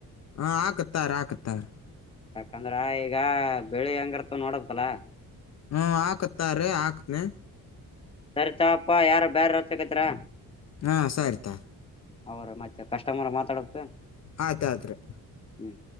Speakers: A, on the left (about 45°); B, on the left (about 15°).
A: ಹಾ ಹಾಕತಾರ ಹಾಕತಾರ
B: ಯಾಕಂದ್ರ ಈಗ ಬೆಳಿ ಹೆಂಗರ್ತ ನೋಡಕ್ಲ್ಲ
A: ಹ್ಮ ಹಾಕತ್ತಾರೀ ಹಾಕ್ನತನ್
B: ಸರಿತಪ್ಪಾ ಯಾರ ಬ್ಯಾರ ಹಚ್ಚಕತಿರ
A: ಹಾ ಸರಿತ
B: ಅವರ ಮತ್ತೆ ಕಷ್ಟಮರ್ ಮಾತಾಡಬೇಕ
A: ಆಯ್ತು ಆಯ್ತು ರೀ
B: ಹ್ಮ್